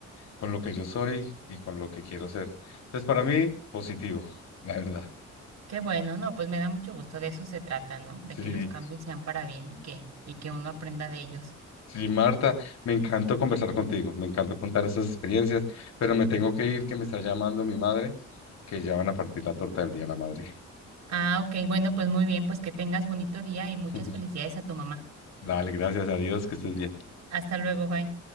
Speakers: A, on the left (about 60°); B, on the right (about 60°).
A: con lo que yo soy y con lo que quiero ser. Entonces para mí, positivo, la verdad.
B: Qué bueno, no, pues me da mucho gusto, de eso se trata, ¿no? De
A: Sí,
B: que los cambios sean para bien y que, y que uno aprenda de ellos.
A: Sí, Marta, me encantó conversar contigo, me encantó contar esas experiencias, pero me tengo que ir, que me está llamando mi madre, que ya van a partir la torta del Día de la Madre.
B: Ah, ok, bueno, pues muy bien, pues que tengas bonito día y muchas
A: <laughs>
B: felicidades a tu mamá.
A: Dale, gracias a Dios, que estés bien.
B: Hasta luego, bye.